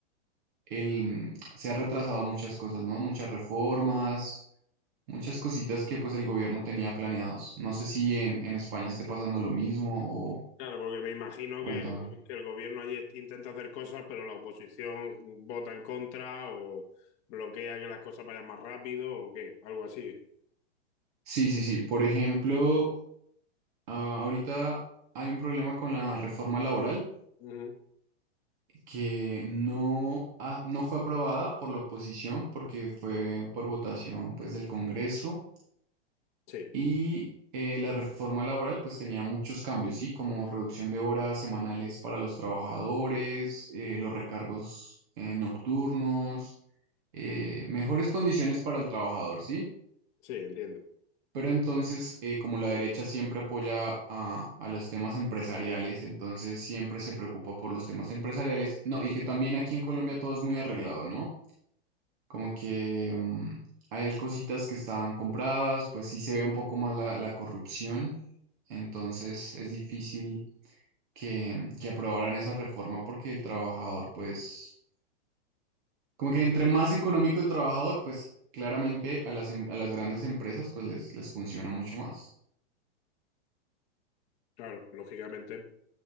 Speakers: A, on the right; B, on the left.
A: el, se ha retrasado muchas cosas, ¿no? Muchas reformas, muchas cositas que pues el gobierno tenía planeados. No sé si en, en España esté pasando lo mismo o
B: Claro, porque me imagino
A: cuéntame.
B: que el, go- que el gobierno allí est- intenta hacer cosas, pero la oposición vota en contra o bloquea que las cosas vayan más rápido o qué, algo así.
A: Sí, sí, sí. Por ejemplo, ah, ahorita hay un problema con la reforma laboral
B: Ujú.
A: que no, ah, no fue aprobada por la oposición porque fue por votación pues del Congreso
B: Sí,
A: Y eh, la reforma laboral pues tenía muchos cambios, ¿sí? Como reducción de horas semanales para los trabajadores, eh, los recargos eh, nocturnos, eh, mejores condiciones para el trabajador, ¿sí?
B: sí, entiendo.
A: Pero entonces, eh, como la derecha siempre apoya a, a los temas empresariales, entonces siempre se preocupa por los temas empresariales. No, y que también aquí en Colombia todo es muy arreglado, ¿no? Como que mm, hay cositas que están compradas, pues sí se ve un poco más la la corrupción entonces es difícil que, que aprobaran esa reforma porque el trabajador, pues, como que entre más económico el trabajador, pues claramente a las, em- a las grandes empresas, pues les, les funciona mucho más.
B: Claro, lógicamente.